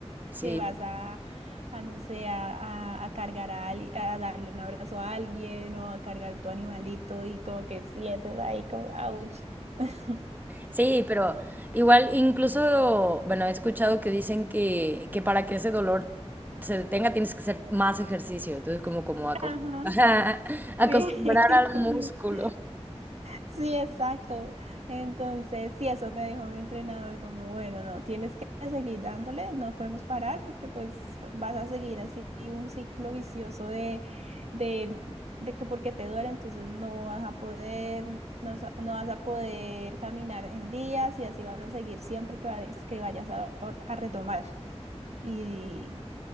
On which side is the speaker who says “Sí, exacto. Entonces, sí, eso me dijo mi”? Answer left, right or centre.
Right